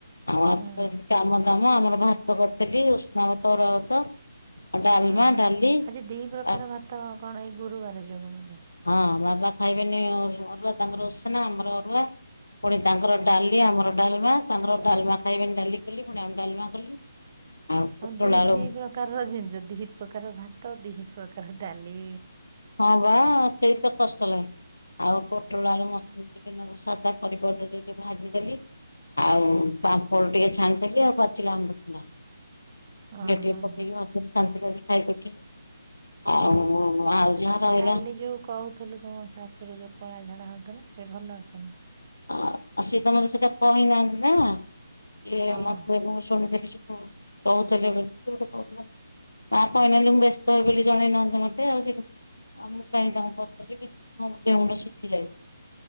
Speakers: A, on the left; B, on the right.
A: ଆଉ ଆଜି
B: ହଁ
A: ତ ଏମି କାମ ଦାମ ଆମର ଭାତ କରଥିଲି ଉଷୁନା ଭାତ, ଅରୁଆ ଭାତ ଆଉ ଡାଲମା,
B: ହଁ।
A: ଡାଲି।
B: ଆଜି ଦି ପ୍ରକାର
A: ଆ
B: ଭାତ କଣ ଏଇ ଗୁରୁବାରେ ଯୋଗୁ ବୋଧେ।
A: ହଁ ବାବା ଖାଇବେନି ଅରୁ ଅରୁଆ ତାଙ୍କର ଉସୁନା ଆମର ଅରୁଆ। ପୁଣି ତାଙ୍କର ଡାଲି ଆମର ଡାଲମା ତାଙ୍କର ଡାଲମା ଖାଇବେନି ଡାଲି କଲି ପୁଣି ଆମ ଡାଲମା କଲି। ଆଉ ପୋଟଳ
B: ହଁ ଦି
A: ଆଳୁ
B: ଦି ପ୍ରକାରର ଜିନଷ ଦି ପ୍ରକାର ଭାତ ଦି ପ୍ରକାର ଡାଲି।
A: ହଁ ପା ସେଇ ତ କଷ୍ଟ ଲାଗେ। ଆଉ ପୋଟଳ ଆଳୁ ମସଲା ଟିକେ ନାଗୁ ସାଦା ପରିବା ଗୋଟେ ଦେଇକି ଭାଜିଦେଲି। ଆଉ ପାମ୍ପଡ ଟିକେ ଛାଣିଥିଲି ଆଉ ବାଚିଲା ଆମ୍ୱ ଥିଲା
B: ହଁ
A: ଘିଅ ଟିକେ
B: ହଁ
A: ପକେଇକି
B: ହଁ
A: ଭା ଶାନ୍ତିରେ ଆଜି ଖାଇକି ଉଠିଲି ଆଉ
B: ହଁ
A: ଆଉ ଯାହା
B: ଆଉ
A: ରହିଲା
B: କାଲି ଯୋଉ କହୁଥୁଲୁ ତମ ଶାଶୁର ଯୋଉ କଳା ଝାଡ଼ା ହୋଉଥୁଲା ଏବେ ଭଲ ଅଛନ୍ତି?
A: ଆ ଆଉ ସିଏ ତମର ସେଇଟା କହିନାହାନ୍ତି ନା ସିଏ
B: ହଁ
A: ମତେ ମୁଁ ଶୁଣିଥିଲି ସେ ହୁଁ କୋହୁଥିଲେ ବୋଲି କିଏ ଗୋଟେ କୋହୁଥୁଲା ମା କହିନାହାନ୍ତି ମୁଁ ବ୍ୟସ୍ତ ହେବି ବୋଲି ଜଣେଇନାହାନ୍ତି ମତେ ଆଉ ସେ ତ <unintelligible>